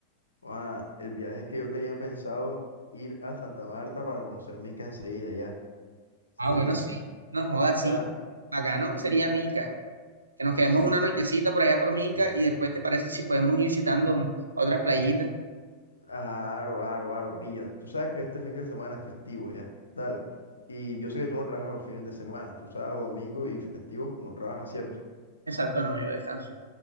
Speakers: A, on the left (about 75°); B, on the right (about 75°).
A: joa, el viaje es que yo tenía pensado ir a Santa Marta para conocer Minca enseguida, ya. ¿Sí
B: Ah,
A: me
B: bueno,
A: entiendes?
B: sí, no jodas,
A: O sea,
B: sí. Bacano
A: pilla.
B: sería Minca, que nos quedemos
A: Sí,
B: una
A: sí.
B: nochecita por allá por Minca y después, ¿te parece si podemos ir visitando otras playitas?
A: Aro, aro, aro, pilla. Tú sabes que este fin de semana es festivo ya, dale. Y yo sé que tú no trabajas los fines de semana, tú sábado, domingo y festivo no trabajas, ¿cierto?
B: Exacto, no, yo descanso.